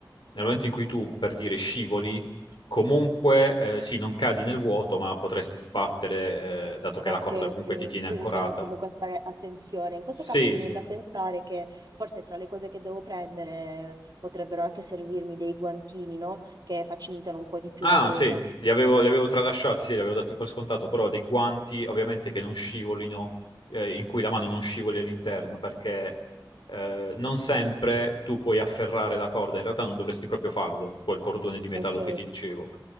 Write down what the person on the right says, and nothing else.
ok,
ok. Quindi
bisogna comunque fare attenzione. In questo
caso mi viene
da pensare che forse tra le cose che devo prendere potrebbero anche servirmi dei guantini, no? Che facilitano un po' di più
la presa.
Ok,